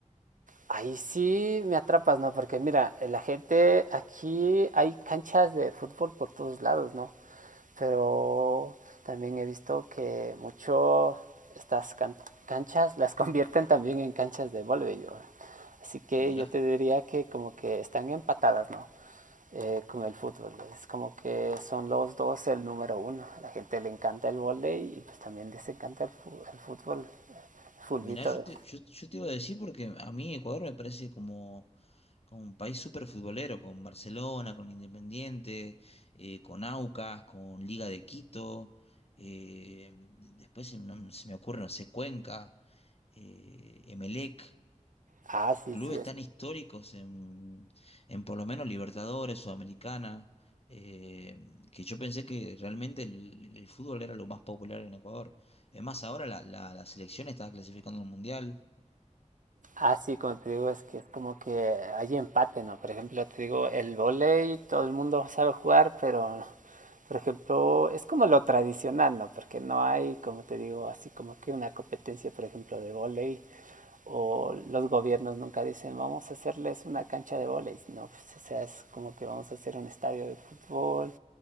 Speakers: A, on the right; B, on the left.
A: Ahí sí me atrapas, ¿no? Porque mira, la gente aquí hay canchas de fútbol por todos lados, ¿no? pero también he visto que mucho estas can canchas las <laughs> convierten también en canchas de voleibol. Así que
B: Mirá,
A: yo te diría que como que están empatadas, ¿no? Eh, con el fútbol. Es como que son los dos el número uno. A la gente le encanta el volei y pues también les encanta el, el fútbol, el fulbito.
B: mirá, yo
A: De...
B: te, yo, yo te iba a decir porque a mí Ecuador me parece como, como un país súper futbolero, con Barcelona, con Independiente, eh, con Aucas, con Liga de Quito, eh, después se, no- se me ocurre, no sé, Cuenca, eh, Emelec.
A: Ah, sí,
B: clubes
A: sí, es.
B: tan históricos en, en por lo menos Libertadores, Sudamericana, eh, que yo pensé que realmente el, el fútbol era lo más popular en Ecuador. Es más, ahora la, la, la selección está clasificando al Mundial.
A: Ah, sí, como te digo, es que es como que hay empate, ¿no? Por ejemplo, te digo, el volei todo el mundo sabe jugar, pero por ejemplo, es como lo tradicional, ¿no? Porque no hay, como te digo, así como que una competencia, por ejemplo, de volei o los gobiernos nunca dicen vamos a hacerles una cancha de volei, no, pues, o sea, es como que vamos a hacer un estadio de fútbol